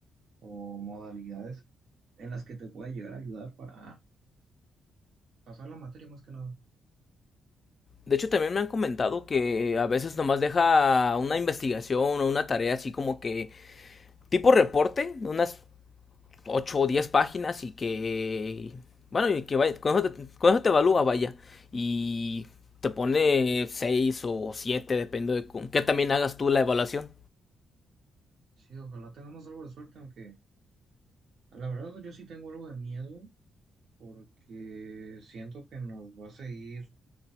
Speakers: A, on the right; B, on the left.
A: o modalidades en las que te puede llegar a ayudar para pasar la materia más que nada.
B: De hecho, también me han comentado que a veces nomás deja una investigación o una tarea así como que tipo reporte, unas 8 o 10 páginas y que... Bueno, y que vaya, con eso te, con eso te evalúa, vaya. Y te pone 6 o 7 depende de con qué también hagas tú la evaluación.
A: Sí, ojalá tengamos algo de suerte, aunque la verdad yo sí tengo algo de miedo porque siento que nos va a seguir.